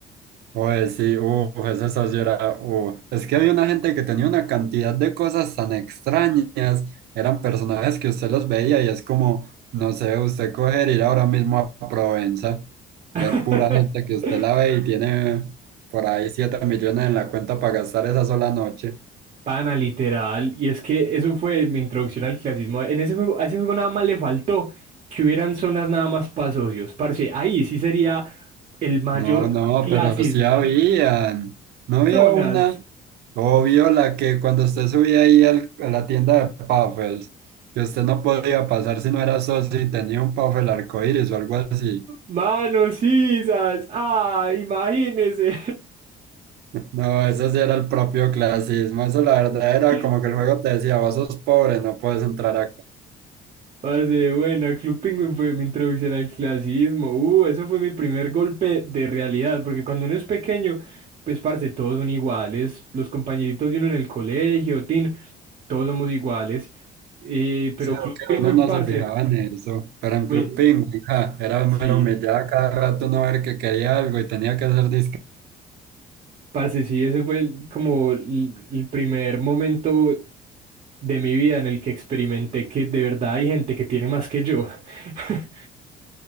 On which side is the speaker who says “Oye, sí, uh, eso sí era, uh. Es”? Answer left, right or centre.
Right